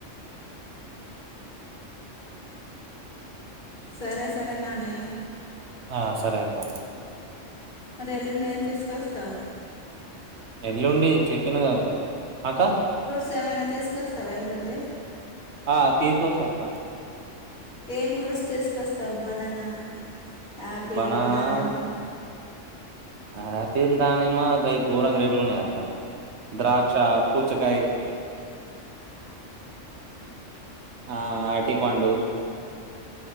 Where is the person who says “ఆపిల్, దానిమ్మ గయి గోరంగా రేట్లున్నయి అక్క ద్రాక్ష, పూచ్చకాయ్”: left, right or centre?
Right